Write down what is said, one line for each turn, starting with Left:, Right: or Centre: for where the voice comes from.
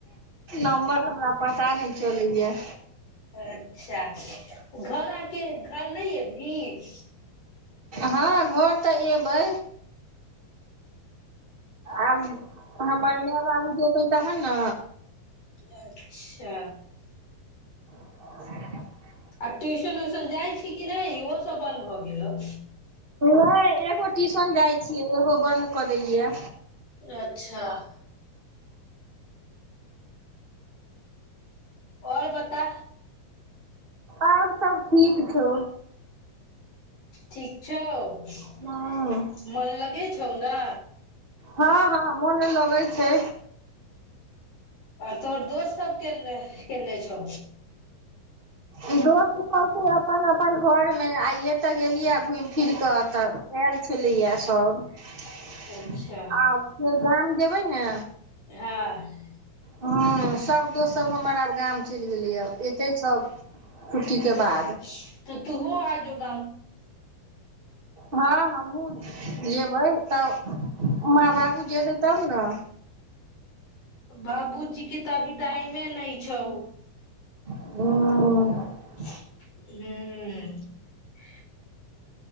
Right: नम्बर हमरा पता नहि चलय या
Left: अच्छा घर आके घर नहि एबीहींन
Right: हँ घर तऽ एबै आ हमर माँ बाबू जेतै तहन
Left: अच्छा
Right: <unintelligible> <unintelligible>
Left: आ ट्यूशन उ्यशन जाइ छी कि नहि इहोसभ बन्द भऽ गेलहु
Right: ह एगो ट्यूशन जाइ छियै एगो बन्द कऽ देलियै
Left: अच्छा <inaudible> आओर बता
Right: आओर सब ठीक छौ
Left: ठीक छो
Right: हँ
Left: मन लगै छौ ने
Right: हँ हँ मोन लगै छै
Left: आर तोहर दोस्त सब केने केने छौ
Right: ई दोस्तसभ छै अपन अपन घरमे आइ एतऽ गेलियै घुमि फिर कऽ तऽ आयल छलैया सभ
Left: अच्छा
Right: आ फेर गाम जेयबै ने
Left: हँ
Right: हँ सभ दोस्तसभ हमर आब गाम चलि गेलैए अयतै सभ छुट्टीके
Left: त
Right: बाद
Left: तऽ तू आ होगा
Right: हँ हमहूँ जेयबै तब माँ बाबू जेतै तब ने
Left: बाबूजीे तऽभी टाइमे नहि छौ
Right: ह
Left: हू